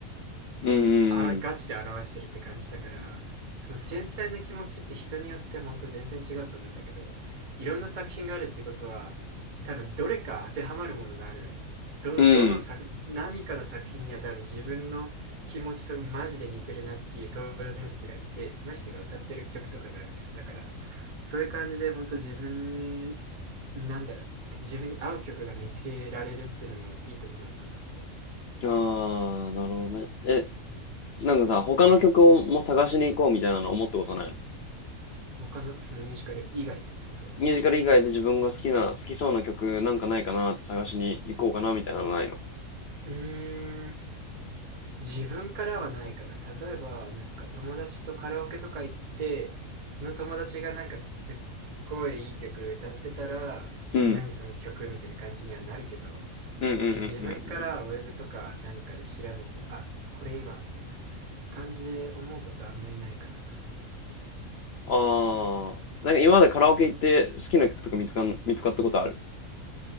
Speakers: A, on the left (about 60°); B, on the right (about 35°).
A: うんうん
B: あら、ガチで表してるって感じだから、その繊細な気持ちって人によって本当全然違うと思うんだけど、いろんな作品があるってことは、多分どれか当てはまるものがあるのよ。ど、
A: うん。
B: どの作、何かの作品には多分自分の気持ちとマジで似てるなっていう登場人物がいて、その人が歌ってる曲とかがあるのよ。だから、そういう感じで本当自分、なんだろう、自分に合う曲が見つけられるってのもいいとこなのかなって。
A: うん。ああ、なるほどね。え、
B: うん、
A: なんかさ、他の曲をも探しに行こうみたいなの思ったことないの
B: 他のそのミュージカル以外でってこと
A: ミュージカル以外で自分が好きな、好きそうな曲なんかないかなって探しに行こうかなみたいなのないの
B: うーん、自分からはないかな。例えば、なんか友達とカラオケとか行って、その友達がなんかすっごいいい曲歌ってたら、
A: うん。
B: 何その曲みたいな感じにはなるけど、
A: うんうんうんうん。
B: その自分からウェブとか何かで調べて、あ、これいいわ、みたいな感じで思うことはあんまりないかな。
A: ああ。なんか今までカラオケ行って好きな曲とか見つかん、見つかったことある